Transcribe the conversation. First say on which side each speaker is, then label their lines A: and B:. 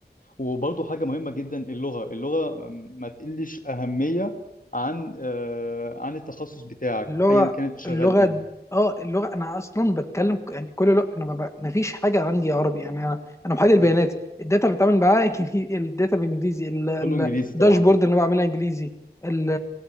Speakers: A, on the left; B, on the left.
A: وبرضه حاجة مهمة جدا اللغة اللغة ما تقلش أهمية عن آه، عن التخصص بتاعك
B: اللغة
A: أيا كان أنت شغال
B: اللغة
A: إيه
B: اه اللغة انا اصلا بتكلم ك- يعني كل لغة انا ببقى ما فيش حاجة عندي عربي يعني انا انا محلل البيانات
A: مم.
B: الداتا اللي بتعامل معاها <laughs> إنجلي- الداتا بالانجليزي ال- ال-
A: كله إنجليزي طبعا
B: الداشبورد اللي انا بعملها انجليزي ال-